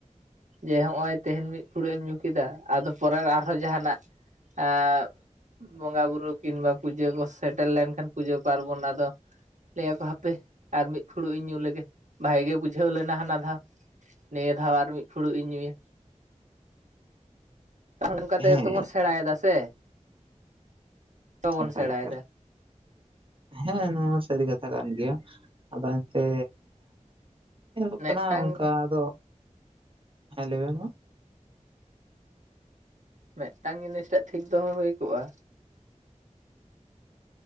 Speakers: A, on the right; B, on the right.
A: ᱡᱮ ᱦᱚᱜ-ᱚᱭ ᱛᱮᱦᱮᱧ ᱢᱤᱫ ᱯᱷᱩᱲᱩᱜ ᱮᱢ ᱧᱩ ᱠᱮᱫᱟ ᱟᱫᱚ ᱯᱚᱨᱮ ᱟᱨᱦᱚᱸ ᱡᱟᱦᱟᱱᱟᱜ ᱟᱨ ᱵᱚᱸᱜᱟ ᱵᱩᱨᱩ ᱠᱤᱝᱵᱟ ᱯᱩᱡᱟᱹ ᱠᱚ ᱥᱮᱴᱮᱨ ᱞᱮᱱᱠᱷᱟᱱ ᱯᱩᱡᱟᱹ ᱯᱟᱨᱵᱚᱱ ᱟᱫᱚ᱾ ᱞᱟᱹᱭᱟᱠᱚ ᱦᱟᱯᱮ ᱟᱨ ᱢᱤᱫ ᱯᱷᱩᱲᱩᱜ ᱤᱧ ᱧᱩ ᱞᱮᱜᱮ ᱵᱷᱟᱜᱮ ᱜᱮ ᱵᱩᱡᱷᱟᱹᱣ ᱞᱮ᱾ ᱞᱮᱱᱟ ᱦᱟᱱᱟ ᱫᱷᱟᱣ ᱱᱤᱭᱟᱹ ᱫᱷᱟᱣ ᱟᱨ ᱢᱤᱫ ᱯᱷᱩᱲᱩᱜ ᱤᱧ ᱧᱩᱭᱟ᱾ ᱛᱟᱦᱚᱞᱮ ᱚᱱᱠᱟ ᱠᱟᱛᱮ
B: ᱦᱮᱸ
A: ᱜᱮᱵᱚᱱ ᱥᱮᱬᱟᱭᱮᱫᱟ ᱥᱮ? ᱵᱟᱵᱚᱱ
B: ᱮᱠᱟᱞ
A: ᱥᱮᱬᱟᱭᱮᱫᱟ
B: ᱮᱠᱟᱞ ᱦᱮᱸ ᱱᱚᱶᱟ ᱥᱟᱹᱨᱤ ᱠᱟᱛᱷᱟ ᱠᱟᱱ ᱜᱮᱭᱟ ᱟᱫᱚ ᱮᱱᱛᱮ ᱧᱮᱞᱚᱜ
A: ᱢᱤᱫᱴᱟᱝ
B: ᱠᱟᱱᱟ ᱚᱱᱠᱟ ᱟᱫᱚ ᱦᱮ ᱞᱟᱹᱭ ᱵᱮᱱᱢᱟ᱾
A: ᱢᱤᱫᱴᱟᱝ ᱡᱤᱱᱤᱥ ᱴᱟᱜ ᱴᱷᱤᱠ ᱫᱚᱦᱚ ᱦᱩᱭ ᱠᱚᱜᱼᱟ᱾